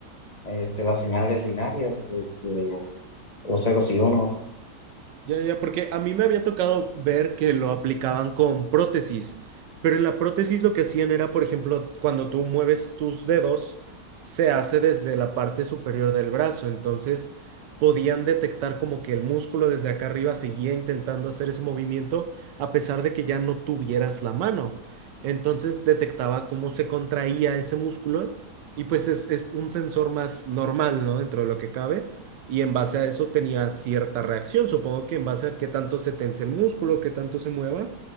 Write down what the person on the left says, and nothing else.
este, las señales binarias de, de los ceros y unos.